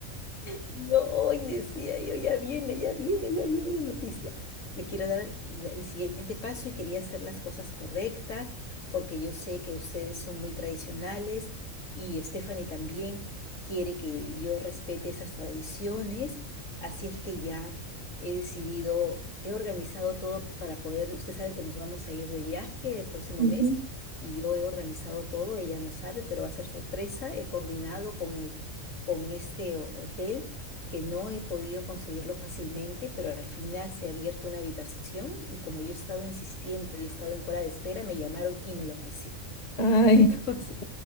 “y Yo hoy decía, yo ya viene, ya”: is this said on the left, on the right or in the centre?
Left